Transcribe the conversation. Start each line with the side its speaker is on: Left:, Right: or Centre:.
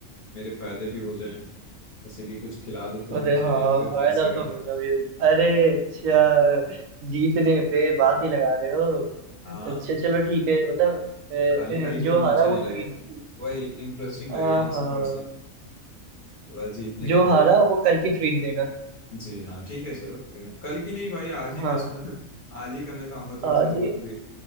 Left: मेरे फायदे भी हो जाएं जैसे कि कुछ खिला दो तुम
Right: अरे
Left: मुझे
Right: हाँ
Left: या फिर
Right: फायदा
Left: पैसे
Right: तो
Left: का
Right: मेरा भी हो अरे अच्छा जीतने पे बात ही लगा रहे हो
Left: हाँ
Right: अच्छा चलो ठीक है मतलब अ, अ,
Left: खाली खाली
Right: जो
Left: खेलने
Right: हारा
Left: में अच्छा
Right: वो
Left: नहीं
Right: ट्रीट
Left: लगेगा वही इंटरेस्टिंग
Right: हाँ
Left: लगेगा ना ऐसे थोड़ा सा थोड़ा जीतने का
Right: जो हारा
Left: होड़ होगा
Right: वो कल की ट्रीट देगा
Left: जी हाँ ठीक है चलो कोई ना कल की नहीं भाई आज ही
Right: हाँ
Left: मैं <laughs> आज ही का मैं खाऊंगा थोड़ा
Right: आज
Left: सा भूख भी